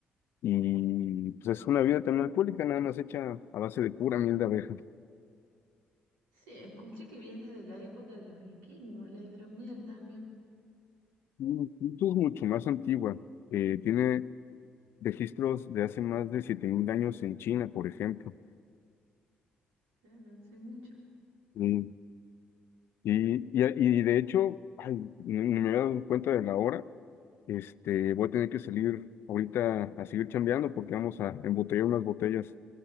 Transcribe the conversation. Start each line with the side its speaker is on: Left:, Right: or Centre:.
Left: y pues es una bebida también alcohólica, nada más hecha a base de pura miel de abeja.
Right: Sí, escuché que viene de la época de los vikingos, la hidromiel también.
Left: Mm, Esto es mucho más antigua, eh, tiene registros de hace más de 7.000 años en China, por ejemplo.
Right: Claro, hace mucho.
Left: Mm. Y, y, y de hecho, ay, ni ni me había dado cuenta de la hora. Este, voy a tener que salir ahorita a seguir chambeando porque vamos a embotellar unas botellas